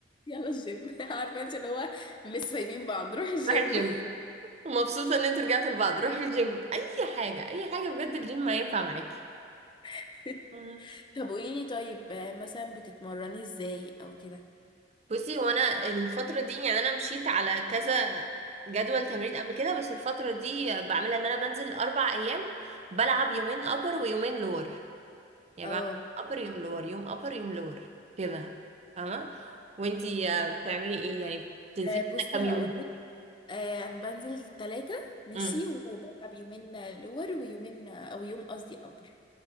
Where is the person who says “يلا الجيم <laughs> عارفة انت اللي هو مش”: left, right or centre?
Left